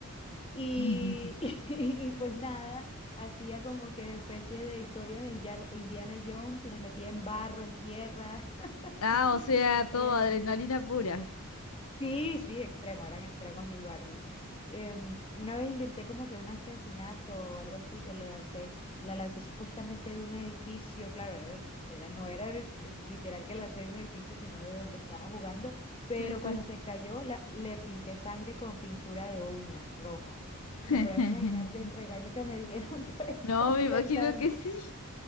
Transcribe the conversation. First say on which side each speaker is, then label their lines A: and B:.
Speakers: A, on the left; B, on the left.
A: Y,
B: <laughs>
A: <laughs> y, pues nada, hacía como que especie de historias de Indiana Indiana Jones y las metía en barro, en tierra. <laughs>
B: Ah, o sea, todo
A: Em,
B: adrenalina pura.
A: Sí, sí, extremo, eran extremos mis Barbie. Em, una vez inventé como que un asesinato o algo así, que la lancé, la lancé supuestamente de un edificio, claro, era, era- no era eh, literal que lancé de un edificio, sino de donde estaba jugando, pero
B: Sí, sí.
A: cuando se cayó la- le pinté sangre con pintura de uñas roja.
B: <laughs>
A: Y te podrás imaginar del regaño que me dieron <laughs> por estar
B: No, me
A: inventando.
B: imagino que
A: <laughs>
B: sí.